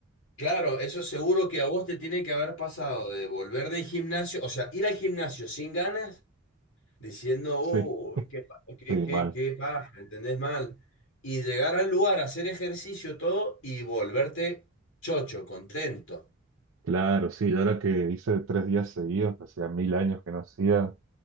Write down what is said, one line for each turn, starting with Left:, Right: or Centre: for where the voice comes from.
Left: Claro, eso seguro que a vos te tiene que haber pasado de volver del gimnasio, o sea, ir al gimnasio sin ganas diciendo, uy,
Right: Sí.
Left: qué, pa- qué,
Right: Sí,
Left: qué,
Right: mal.
Left: qué paja, ¿entendés mal? Y llegar al lugar, hacer ejercicio, todo, y volverte chocho, contento.
Right: Claro, sí, Y ahora que hice tres días seguidos, que hacía mil años que no hacía,